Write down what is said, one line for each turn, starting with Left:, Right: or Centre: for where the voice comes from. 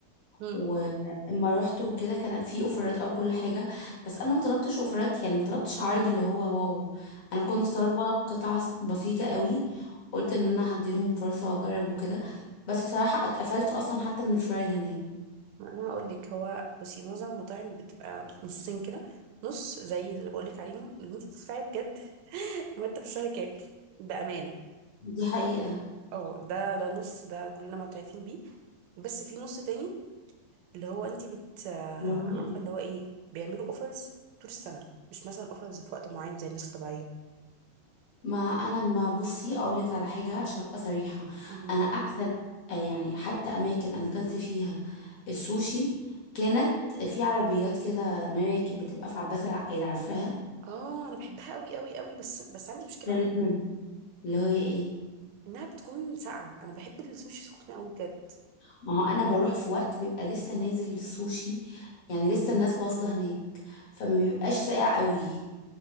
Right: امم
Left: واما رحت وكده كان في اوفرات او كل حاجه بس انا ما طلبتش اوفرات يعني ما طلبتش عرض اللي هو واو انا كنت طالبه قطعه س- بسيطه قوي قلت ان انا هدي لهم فرصه واجرب وكده بس بصراحه اتقفلت اصلا حتى من الفرايد هناك
Right: انا هقول لك هو بصي معظم المطاعم بتبقى نصين كده نص زي اللي بقول لك عليهم اللي انت بتدفعي بجد <laughs> مرتب الشهر كام بامانه
Left: دي حقيقه
Right: اه ده ده نص ده كلنا معترفين بيه بس في نص تاني اللي هو انت بت آه،
Left: اللي هو
Right: عارفه
Left: ايه
Right: اللي هو ايه بيعملوا اوفرز طول السنه مش مثلا اوفرز في وقت معين زي الناس الطبيعيه
Left: ما انا ما بصي اقول لك على حاجه عشان ابقى صريحه
Right: مهم.
Left: انا احسن آه، يعني حتى اماكن انا اكلت فيها السوشي كانت في عربيات كده مراكب بتبقى في عباس العقاد عارفاها
Right: اه انا بحبها قوي قوي قوي بس بس عندي مشكله
Left: كانت
Right: معاها
Left: منهم اللي هي ايه
Right: انها بتكون ساقعه انا بحب السوشي سخن قوي بجد
Left: ما هو انا بروح في وقت بيبقى لسه نازل السوشي يعني لسه الناس واصله هناك فما بيبقاش ساقع قوي